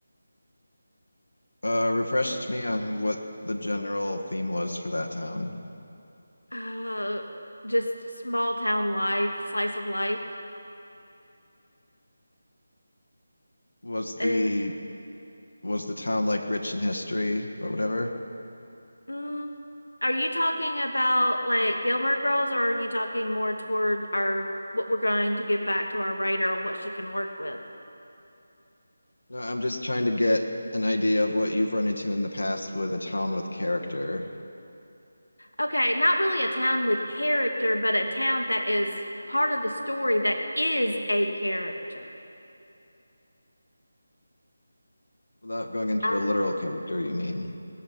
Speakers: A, on the left; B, on the left.
A: Uh, refresh me on what the general theme was for that town.
B: Uh, just small town life, slice of life.
A: Was the
B: And
A: was the town like rich in history or whatever?
B: mm, are you talking about like Gilmore Girls or are you talking more toward our what we're going to give back to our writer on what she can work with?
A: No, I'm just trying to get an idea of what you've run into in the past with a town with character.
B: okay, not really a town with character, but a town that is part of the story that is a character.
A: Without going into
B: Uh,
A: a literal character, you mean?